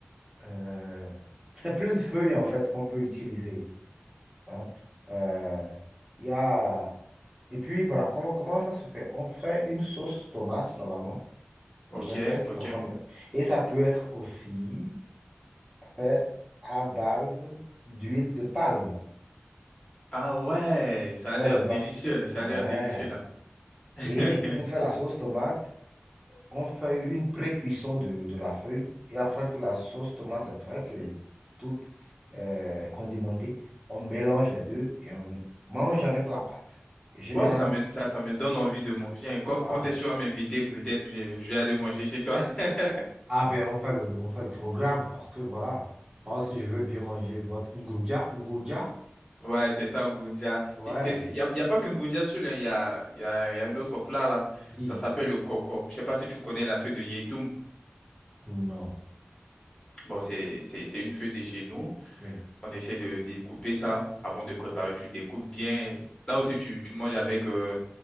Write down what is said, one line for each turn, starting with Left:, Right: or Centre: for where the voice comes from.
Right: euh, c'est plein de feuilles en fait qu'on peut utiliser. hein. Euh, il y a, et puis voilà, com- comment ça se fait? On fait une sauce tomate normalement,
Left: Ok,
Right: bien faite,
Left: ok.
Right: parce qu'on, et ça peut être aussi fait à base d'huile de palme.
Left: Ah ouais, ça a
Right: Ouais,
Left: l'air
Right: mais
Left: délicieux,
Right: pas,
Left: ça
Right: ouais.
Left: a l'air délicieux là. <laughs>
Right: Et on fait la sauce tomate on fait une pré-cuisson de, de la feuille et après que la sauce tomate est prête et toute euh, condimentée, on mélange les deux et on mange avec la pâte. Et généralement,
Left: Waouh, ça me, ça, ça me donne envie de manger. hein. Quand,
Right: ah,
Left: quand est-ce
Right: je-
Left: que tu vas m'inviter, peut-être je, je vais aller manger chez toi. <laughs>
Right: ah ben on fait le, on fait le programme parce que voilà, moi si je veux bien manger votre ngunja, ngunja,
Left: Ouais, c'est ça, Ngunja.
Right: ouais,
Left: Il n'y a, y a pas que Ngunja seul, hein. il y a, y a, y a un autre plat là.
Right: oui,
Left: Ça s'appelle le coco. Je sais pas si tu connais la feuille de Niétoum.
Right: non,
Left: Bon, c'est c'est- c'est une feuille de chez nous.
Right: oui,
Left: On essaie de découper ça avant de préparer. Tu découpes bien. Là aussi, tu, tu manges avec euh,